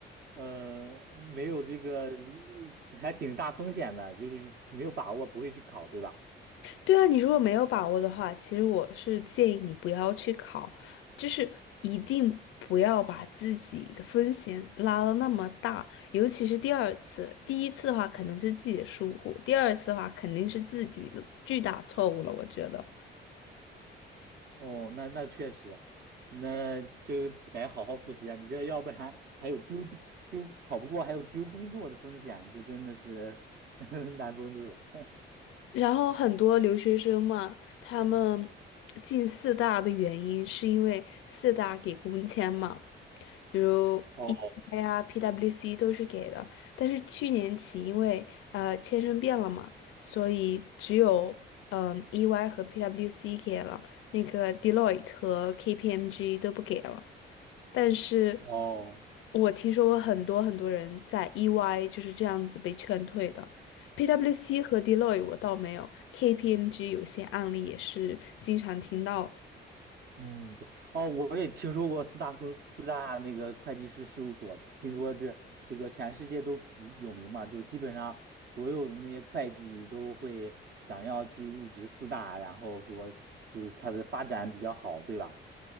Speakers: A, on the right (about 55°); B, on the left (about 85°).
A: 呃，没有这个，呃还挺大风险的，就是没有把握，不会去考，对吧？
B: 对啊，你如果没有把握的话，其实我是建议你不要去考，就是一定不要把自己的风险拉到那么大，尤其是第二次，第一次的话可能是自己的疏忽，第二次的话肯定是自己的巨大错误了，我觉得。
A: 哦，那那确实，那就得好好复习啊！你这要不然还有丢丢丢考不过，还有丢工作的风险，这真的是 <laughs> 难绷住。
B: 然后很多留学生嘛，他们进四大的原因是因为四大给工签嘛，比如
A: 哦
B: EY 呀、PWC 都是给的。但是去年起，因为呃签证变了嘛，所以只有嗯、EY 和 PWC 给了，那个 Deloitte 和 KPMG 都不给了。但是
A: 哦。
B: 我听说过很多很多人在 EY 就是这样子被劝退的。PwC 和 Deloitte 我倒没有，KPMG 有些案例也是经常听到。
A: 嗯，对，哦，我也听说过四大公四大那个会计师事务所，听说这这个全世界都比有名嘛，就基本上所有的那些会计都会想要去入职四大，然后说就是它的发展比较好，对吧？